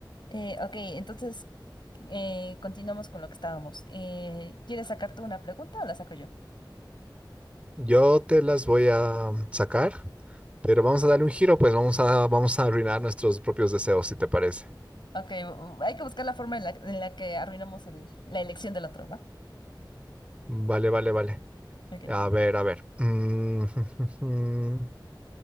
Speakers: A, on the left; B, on the right.
A: Eh, ok, entonces eh, continuamos con lo que estábamos. Eh, ¿quieres sacar tú una pregunta o la saco yo?
B: Yo te las voy a sacar, pero vamos a darle un giro, pues vamos a, vamos a arruinar nuestros propios deseos, si te parece.
A: Ok, bu- hay que buscar la forma en la, en la que arruinamos el- la elección del otro, ¿va?
B: Vale, vale, vale.
A: Ok.
B: A ver, a ver. Mm, <laughs>